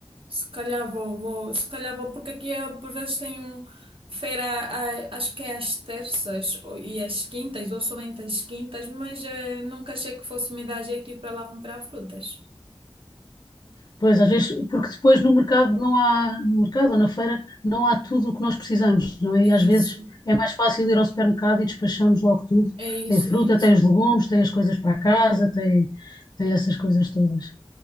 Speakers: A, on the right; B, on the left.
A: Se calhar vou, vou, se calhar vou, porque aqui eh, por vezes tem um feira, a- acho que é às terças ou, e às quintas, ou somente às quintas, mas eh, nunca achei que fosse me dar jeito ir para lá comprar frutas.
B: Pois, às vezes, porque depois no mercado não há, no mercado ou na feira, não há tudo o que nós precisamos, não é?
A: É
B: E
A: isso,
B: às vezes é mais fácil ir ao supermercado e despachamos logo tudo.
A: é isso,
B: Tem fruta,
A: é isso.
B: tem os legumes, tem as coisas para a casa, tem, tem essas coisas todas.